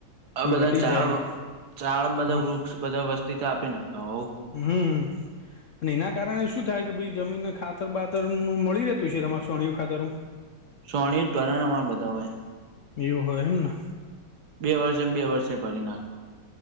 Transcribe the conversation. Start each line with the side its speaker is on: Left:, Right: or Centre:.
Right: આ
Left: એ
Right: બધા
Left: ઘટી
Right: ઝાડ
Left: જાય
Right: ઝાડબધા
Left: હમ
Right: વૃક્ષ બધા વસ્તી કાપી નાખે
Left: હમ અને, એના કારણે શું થાય કે ભાઈ જમીન ખાતર બાતર મળી રહેતું છે, તમા છાણીયું ખાતર
Right: સોની ઘણા બધા હોય
Left: એવું હોય એમને
Right: બે વર્ષ એમ, બે વર્ષ ભરી નાખો